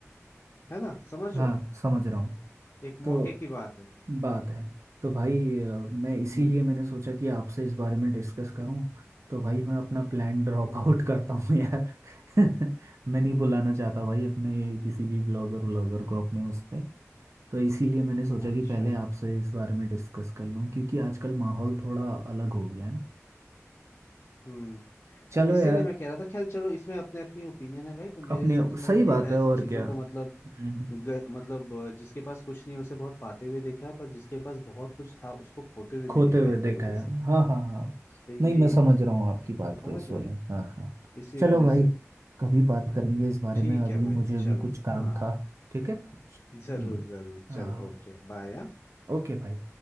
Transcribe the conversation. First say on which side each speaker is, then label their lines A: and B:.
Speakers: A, on the left; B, on the right.
A: है ना समझ
B: हाँ
A: रहे हो
B: समझ रहा हूँ
A: एक
B: तो
A: मौके की बात है
B: बात है तो भाई अ, मैं इसीलिए मैंने सोचा कि आपसे इस बारे में डिस्कस करूं तो भाई मैं अपना प्लान ड्रॉप
A: हम्म
B: आउट करता हूँ यार <laughs> मैं नहीं बुलाना चाहता भाई अपने किसी भी ब्लॉगर व्लॉगर को अपने उस पे तो इसीलिए मैंने सोचा
A: अच्छा
B: कि पहले आपसे इस बारे में डिस्कस कर लूं क्योंकि आजकल माहौल थोड़ा अलग हो गया है ना
A: हम्म
B: चलो
A: इसीलिए
B: यार
A: मैं कह रहा था खैर चलो इसमें अपने अपनी ओपिनियन है भाई पर मेरे
B: अपने
A: हिसाब से मैंने
B: सही
A: देखा
B: बात
A: है
B: है
A: ऐसी
B: और
A: चीजों
B: क्या
A: को
B: हम्म
A: मतलब ग, मतलब अ, जिसके पास कुछ नहीं है, उसे बहुत पाते हुए देखा है पर जिसके पास बहुत कुछ था उसको खोते हुए भी
B: खोते
A: देखा
B: हुए
A: है इनकी
B: देखा
A: वजह
B: है
A: से
B: हाँ हाँ हाँ
A: तो यही
B: नहीं मैं समझ रहा हूँ आपकी बात
A: तो समझ
B: को इस
A: रहे
B: वाले
A: हो
B: हाँ हाँ
A: इसी
B: चलो
A: वजह
B: भाई
A: से
B: कभी बात करेंगे इस बारे
A: ठीक
B: में अभी
A: है भाई
B: मुझे भी
A: चलो
B: कुछ काम
A: हाँ
B: था ठीक है
A: जरूर
B: हम्म,
A: जरूर
B: हाँ
A: चलो ओके बाय
B: ओके भाई